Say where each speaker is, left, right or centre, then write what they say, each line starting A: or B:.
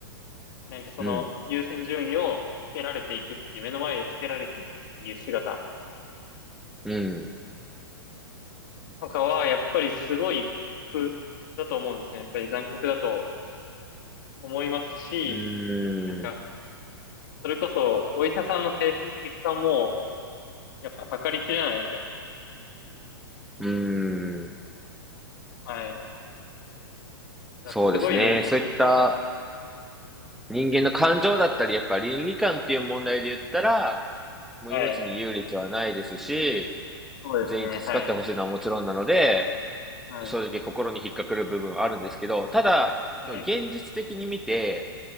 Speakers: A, on the left (about 55°); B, in the centre.
A: なんかその優先順位をつけられていくっていう、
B: うん。
A: 目の前でつけられていくっていう姿
B: うん。
A: とかは、やっぱりすごい酷だと思うんですね。やっぱり残酷だと思いますし、
B: うん。
A: なんか、それこそお医者さんの精神的負担も、やっぱ測りきれないですよね。
B: うん。
A: はい。だからすごい難しいですよね。
B: そうですね。そういった人間の感情だったり、やっぱ倫理観っていう問題で言ったら、もう命に優劣はないですし、
A: はい。そうですね。
B: 全員助かってほしいのはもちろんなので、
A: はい。はい。
B: 正直心に引っかかる部分はあるんですけど、ただ、
A: はい。
B: その現実的に見て、